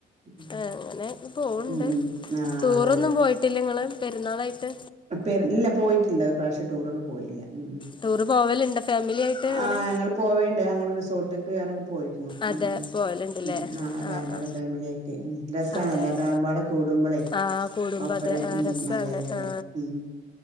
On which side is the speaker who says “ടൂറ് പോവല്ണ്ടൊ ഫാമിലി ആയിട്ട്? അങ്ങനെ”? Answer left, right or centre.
Left